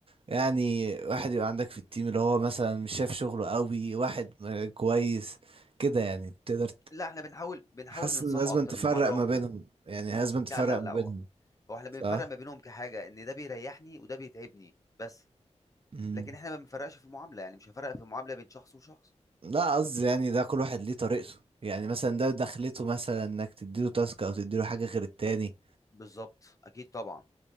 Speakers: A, on the right (about 50°); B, on the left (about 30°).
A: يعني واحد يبقى عندك في التيم اللي هو مثلا مش شايف شغله قوي واحد م- كويس كده يعني تقدر
B: لأ إحنا بنحاول بنحاول
A: حاسس
B: ننصحه
A: ان لازم
B: أكتر
A: تفرق
B: من مرّة
A: ما
B: وب
A: بينهم يعني لازم
B: لأ،
A: تفرق
B: لأ، لأ،
A: ما بينهم
B: هو هو إحنا بنفرّق
A: صح
B: ما بينهم كحاجة، إن ده بيريّحني وده بيتعبني بس،
A: مم.
B: لكن إحنا ما بنفرّقش في المعاملة، يعني مش هافرّق في المعاملة بين شخص وشخص.
A: لا قصدي يعني ده كل واحد ليه طريقته يعني مثلا ده دخلته مثلا انك تديله تاسك او تديله حاجة غير التاني
B: بالضبط، أكيد طبعًا،